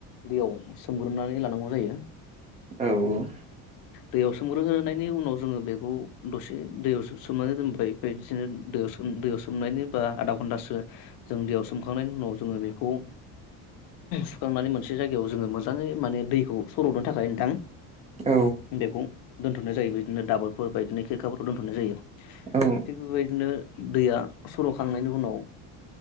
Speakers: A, on the left; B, on the right.
A: दैयाव सोमग्रोमनानै लानांगौ जायो।
B: औ
A: दैयाव सोमग्रोनायनि उनाव जोङो बेखौ दसे दैयाव सोमनानै दोनबाय। बेदिनो दै सोम दैयाव सोमनायनि बा आधा घन्टासो जों दैयाव सोमखांनायनि उनाव जोङो बेखौ सुखांनानै मोनसे जायगायाव जोङो मोजाङै माने दैखौ सर'दनो थाखाय नोंथां
B: औ
A: बेखौ दोन्थ'नाय जायो बिदिनो दाबरफोर बादिनो खेरखाफोराव दोनथ'नाय जायो
B: औ
A: थिग बेबायदिनो दैया सर'खांनायनि उनाव